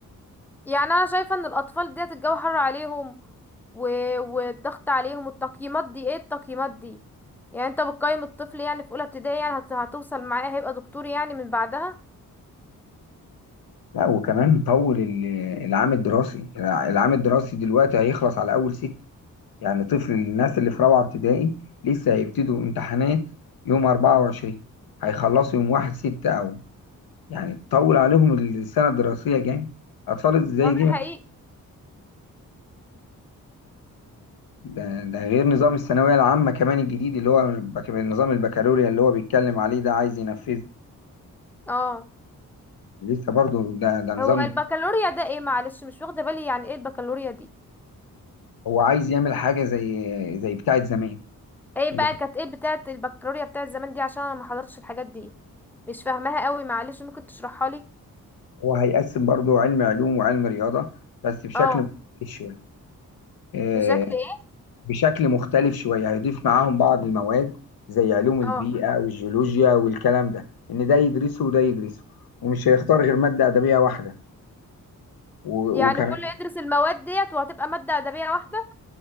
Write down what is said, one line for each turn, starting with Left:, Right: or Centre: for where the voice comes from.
Centre: يعني انا شايفه ان الاطفال ديت الجو حر عليهم و... والضغط عليهم والتقييمات دي ايه التقييمات دي يعني انت بتقيم الطفل يعني في اولى ابتدائي يعني هت... هتوصل معاه هيبقى دكتور يعني من بعدها
Left: لا وكمان طول ال- العام الدراسي الع- العام الدراسي دلوقتي هيخلص على أول ست يعني طفل الناس اللي في رابعة ابتدائي لسه هيبتدوا امتحانات يوم 24 هيخلصوا يوم واحد ستة أو يعني تطول عليهم السنة الدراسية جامد أطفال زي
Centre: هو ده
Left: دي ما-
Centre: حقيقي
Left: ده, ده غير نظام الثانوية العامة كمان الجديد اللي هو بك- النظام البكالوريا اللي هو بيتكلم عليه ده عايز ينفذه
Centre: اه
Left: لسه برضو ده ده
Centre: هو
Left: نظام
Centre: البكالوريا
Left: جديد.
Centre: ده ايه معلش مش واخده بالي يعني ايه البكالوريا دي
Left: هو عايز يعمل حاجة زي زي بتاعة زمان
Centre: ايه
Left: اللي
Centre: بقى كانت ايه بتاعه البكالوريا بتاعه زمان دي عشان انا ما حضرتش الحاجات دي مش فاهماها قوي معلش ممكن تشرحها لي
Left: هو هيقسم برضو علم علوم وعلم رياضة بس بشكل
Centre: اه
Left: مختلف شوية آه،
Centre: بشكل ايه
Left: بشكل مختلف شوية هيضيف معاهم بعض المواد زي علوم البيئة
Centre: اه
Left: والجيولوجيا والكلام ده إن ده يدرسه وده يدرسه ومش هيختار غير مادة أدبية واحدة و-
Centre: يعني
Left: وكمان
Centre: كله يدرس المواد ديت وهتبقى مادة أدبية واحدة